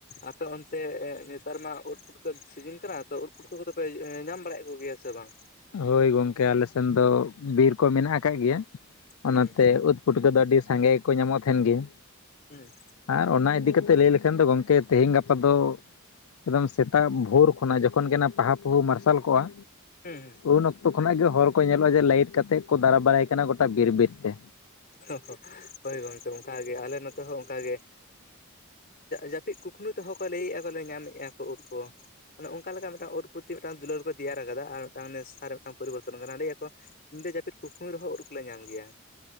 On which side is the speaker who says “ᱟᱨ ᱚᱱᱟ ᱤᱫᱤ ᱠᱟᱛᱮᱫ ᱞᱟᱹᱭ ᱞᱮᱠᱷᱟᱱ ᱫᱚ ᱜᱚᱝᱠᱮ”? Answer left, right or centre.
Left